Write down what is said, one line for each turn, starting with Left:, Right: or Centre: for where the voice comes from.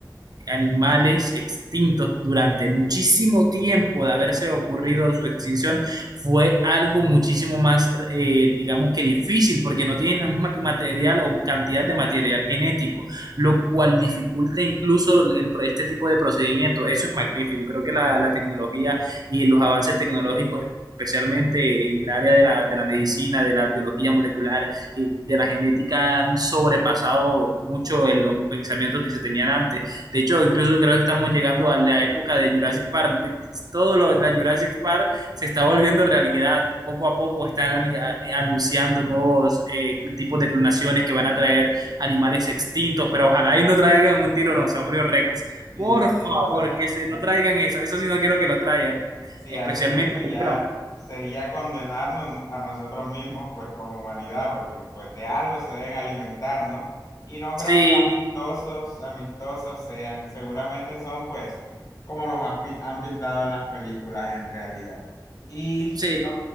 Right: animales extintos durante muchísimo tiempo de haberse ocurrido su extinción fue algo muchísimo más, eh, digamos que difícil, porque no tienen la misma material o cantidad de material genético, lo cual dificulta incluso el, este tipo de procedimiento. Eso es magnífico. Creo que la, la tecnología y los avances tecnológicos especialmente en el área de la, de la, medicina, de la biología molecular y de la genética, han sobrepasado mucho en los pensamientos que se tenían antes. De hecho, incluso creo que estamos llegando a la época de Jurassic Park. Todo lo, la Jurassic Park se está volviendo realidad. Poco a poco están ani- a- eh, anunciando nuevos eh, tipos de clonaciones que van a traer animales extintos, pero ojalá y no traigan un tiranosaurio Rex.
Left: Sí,
Right: Por favor,
Left: sí, o sea,
Right: que se, no
Left: sí.
Right: traigan eso. Eso sí no quiero que lo traigan.
Left: Si
Right: Especialmente,
Left: hacen eso ya
Right: bueno,
Left: sería condenarnos a nosotros mismos, pues como humanidad, porque pues de algo se deben alimentar, ¿no? Y no
Right: sí,
Left: creo que amistosos, amistosos sean, seguramente son pues como los ha pi- han pintado en las películas en realidad. Y
Right: sí.
Left: <laughs> no,